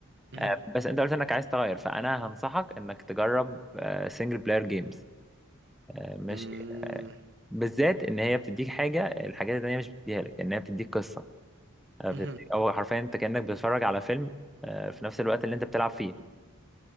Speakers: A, on the right; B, in the centre.
A: مهم.
B: آه، بس انت قلت انك عايز تغير فانا هنصحك انك تجرب سنجل بلاير جيمز ماشي
A: مم.
B: آه، بالذات ان هي بتديك حاجة الحاجات التانية مش بتديها لك ان هي بتديك قصة آه، بت-
A: مهم.
B: هو حرفيا انت كأنك بتتفرج على فيلم آه، في نفس الوقت اللي انت بتلعب فيه